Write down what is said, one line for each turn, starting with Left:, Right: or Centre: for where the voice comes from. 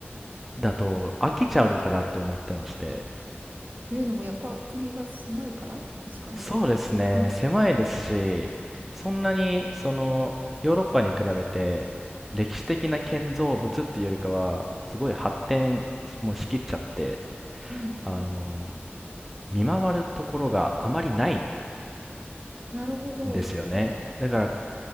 Centre: だと飽きちゃうのかなって思ってまして。
Right: というのも、やっぱ国が狭いからですかね、
Centre: そうですね、
Right: ここは。はい。
Centre: 狭いですし、そんなにそのヨーロッパに比べて歴史的な建造物っていうよりかは、すごい発展もしきっちゃって、
Right: うん。
Centre: あの、見回るところがあまりない
Right: なるほど。
Centre: んですよね。だから